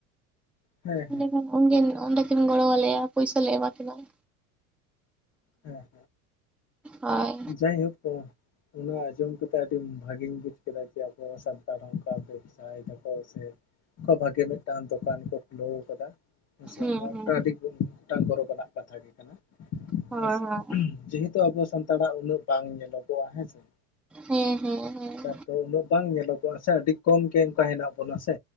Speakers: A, on the left (about 35°); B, in the centre.
A: ᱦᱮᱸ ᱦᱮᱸ
B: ᱮᱰᱮᱠᱷᱟᱱ ᱩᱱᱠᱤᱱ ᱚᱸᱰᱮ ᱠᱤᱱ ᱜᱚᱲᱚ ᱟᱞᱮᱭᱟ ᱯᱚᱭᱥᱟ ᱞᱮ ᱮᱢᱟ ᱠᱤᱱᱟᱹ ᱾
A: ᱦᱮᱸ,
B: ᱦᱳᱭ
A: ᱦᱮᱸ, ᱡᱟᱭᱦᱳᱠ ᱚ ᱾ ᱚᱱᱟ ᱟᱸᱡᱚᱢ ᱠᱟᱛᱮᱜ ᱟᱹᱰᱤ ᱵᱷᱟᱹᱜᱤᱧ ᱵᱩᱡᱽ ᱠᱮᱫᱟ ᱡᱮ ᱟᱵᱚ ᱥᱟᱱᱛᱟᱲ ᱦᱚᱸ ᱚᱱᱠᱟ ᱟᱭ ᱫᱟᱠᱚ ᱥᱮ ᱚᱝᱠᱟ ᱵᱷᱟᱜᱮ ᱢᱤᱫᱴᱟᱱ ᱫᱚᱠᱟᱱ ᱠᱚ ᱠᱷᱩᱞᱟᱹᱣ ᱠᱟᱫᱟ ᱾ ᱦᱮᱸ ᱥᱮ,
B: ᱦᱩᱸ
A: ᱚᱱᱟ
B: ᱦᱩᱸ
A: ᱢᱤᱫᱴᱟᱝ ᱟᱹᱰᱤ ᱢᱤᱫᱴᱟᱝ ᱜᱚᱨᱚᱵᱽ ᱟᱱᱟᱜ ᱠᱟᱛᱷᱟ ᱜᱮ ᱠᱟᱱᱟ ᱾
B: ᱦᱳᱭ
A: ᱦᱮᱸ ᱥᱮ,
B: ᱦᱳᱭ
A: ᱡᱮᱦᱮᱛᱩ ᱟᱵᱚ ᱥᱟᱱᱛᱟᱲᱟᱜ ᱩᱱᱟᱹᱜ ᱵᱟᱝ ᱧᱮᱞᱚᱜᱚᱜᱼᱟ ᱦᱮᱸ ᱥᱮ ᱾
B: ᱦᱮᱸ ᱦᱮᱸ ᱦᱮᱸ ᱾
A: ᱛᱚ ᱩᱱᱟᱹᱜ ᱵᱟᱝ ᱧᱮᱞᱚᱜᱚᱜᱼᱟ ᱥᱮ ᱟᱹᱰᱤ ᱠᱚᱢ ᱜᱮ ᱚᱱᱠᱟ ᱦᱮᱱᱟᱜ ᱵᱚᱱᱟ ᱥᱮ,